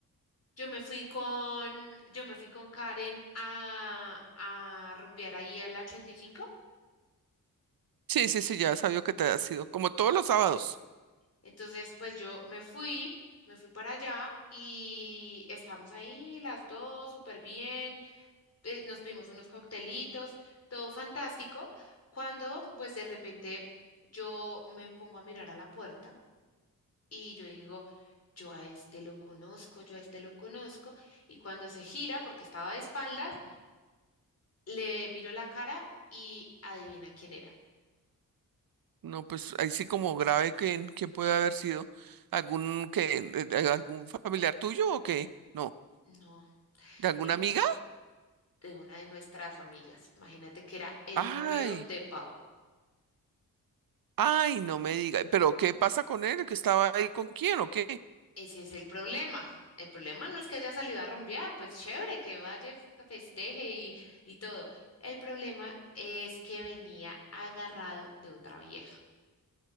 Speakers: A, on the left; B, on the right.
A: yo me fui con, yo me fui con Karen a, a rumbear ahí al 85?
B: Sí, sí, sí, ya sabía que te ha sido. Como todos los sábados.
A: Entonces, pues yo me fui, me fui para allá y estamos ahí las dos súper bien, eh, nos pedimos unos coctelitos, todo fantástico, cuando pues de repente yo me pongo a mirar a la puerta y yo digo, yo a este lo conozco, yo a este lo conozco, y cuando se gira, porque estaba de espaldas, le miro la cara y adivina quién era.
B: No, pues ahí sí como grave que, que puede haber sido algún que eh, eh, algún familiar tuyo o qué? No,
A: No,
B: ¿de alguna
A: im-
B: amiga?
A: de una de nuestras amigas. Imagínate que era el
B: Ay,
A: novio de Pau.
B: ay, no me diga. ¿Pero qué pasa con él? ¿Que estaba ahí con quién o qué?
A: Ese es el problema. El problema no es que haya salido a rumbear, pues chévere, que vaya, festeje y, y todo. El problema es que venía agarrado de otra vieja.